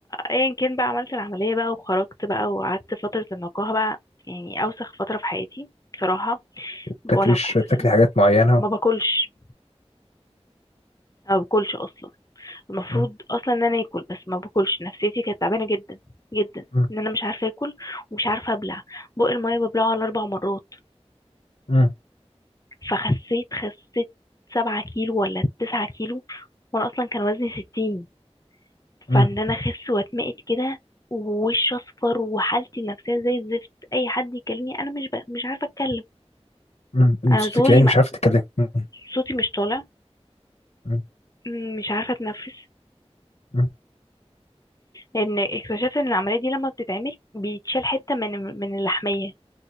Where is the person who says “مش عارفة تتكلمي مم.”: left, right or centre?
Left